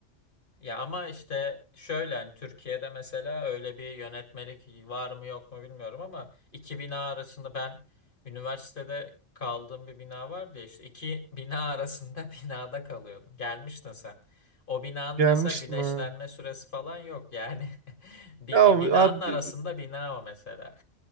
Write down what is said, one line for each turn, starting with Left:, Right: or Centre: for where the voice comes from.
Left: Ya ama işte şöyle hani Türkiye'de mesela öyle bir yönetmelik var mı yok mu bilmiyorum ama iki bina arasında ben üniversitede kaldığım bir bina vardı ya işte iki bina arasında <laughs> binada kalıyordum. Gelmiştin sen. O binanın
Right: Gelmiştim
Left: mesela güneşlenme
Right: ha.
Left: süresi falan yok yani. <laughs> Bir
Right: Ya
Left: binanın
Right: abi
Left: arasında bina o mesela.